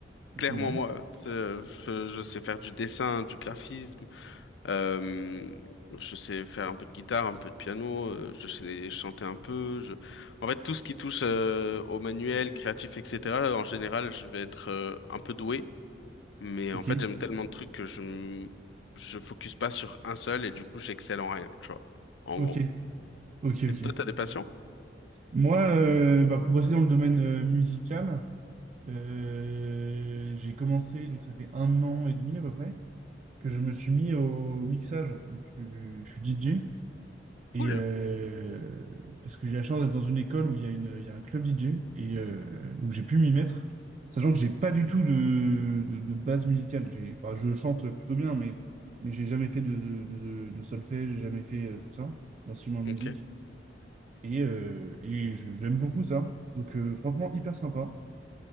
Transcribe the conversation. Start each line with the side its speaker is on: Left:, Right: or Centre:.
Right: Ah,
Left: clairement
Right: c'est marrant.
Left: moi. C'est- Je, je sais faire du dessin, du graphisme, euh, je sais faire un peu de guitare, un peu de piano, euh, je sais chanter un peu. Je... En fait, tout ce qui touche euh, au manuel, créatif, etc., en général, je vais être euh, un peu doué. Mais
Right: Ok,
Left: en fait, j'aime tellement de trucs que je m- je focus pas sur un seul et du coup, j'excelle en rien, tu vois, en
Right: ok,
Left: gros.
Right: ok,
Left: Et
Right: ok.
Left: toi, t'as des passions?
Right: Moi, euh, bah, pour rester dans le domaine euh, musical, euh, j'ai commencé, donc ça fait un an et demi à peu près, que je me suis mis au mixage. Donc, je, je suis DJ Et
Left: Cool.
Right: euh, parce que j'ai la chance d'être dans une école où il y a une, il y a un club DJ et euh, donc j'ai pu m'y mettre, sachant que j'ai pas du tout de, de, de base musicale. J'ai, bah, je chante plutôt bien, mais mais j'ai jamais fait de, de, de solfège, j'ai jamais fait euh, tout ça, d'instrument de
Left: Ok.
Right: musique. Et, euh, et je- j'aime beaucoup ça. Donc euh, franchement hyper sympa.